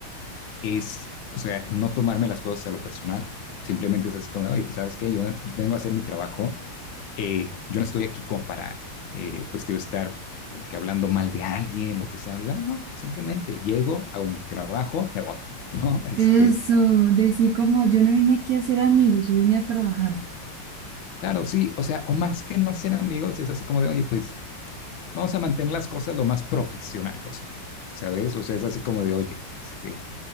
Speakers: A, on the left; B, on the right.
A: es, o sea, no tomarme las cosas a lo personal, simplemente es así como, oye, pues sabes qué, yo vengo a hacer mi trabajo, eh, yo no estoy aquí como para, eh, pues, tío, estar como que hablando mal de alguien, lo que sea, bla, no, simplemente llego, hago mi trabajo, me voy, <laughs> ¿no? Este,
B: Eso, decir como yo no vine aquí a ser amigos, yo vine a trabajar.
A: claro, sí, o sea, o más que no ser amigos, es así como de, oye, pues, vamos a mantener las cosas lo más profesional posible, ¿sabes? O sea, es así como de, oye, este,